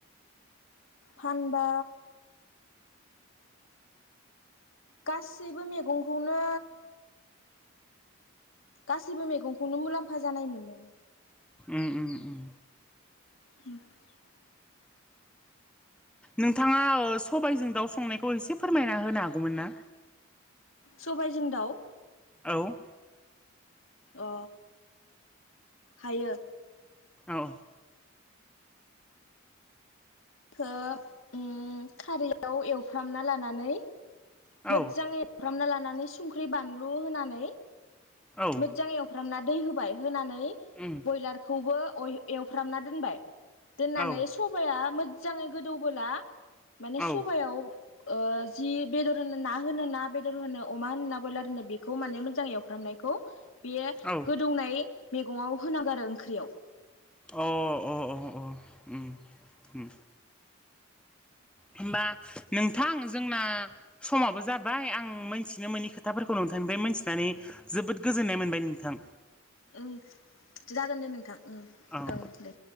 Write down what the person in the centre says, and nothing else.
उम उम उम।
नोंथाङा ओ सबायजों दाउ संनायखौ एसे फोरमायना होनो हागौमोन ना
औ।
औ।
औ
औ
उम
औ
औ
औ
अ अ अ अ उम उम। होमबा नोंथां जोंना समाबो जाबाय आं मिथि नो मोनि खोथाफोरखौ नोंथांनिफ्राय मिथिनानै जोबोद गोजोननाय मोनबाय नोंथां।
औ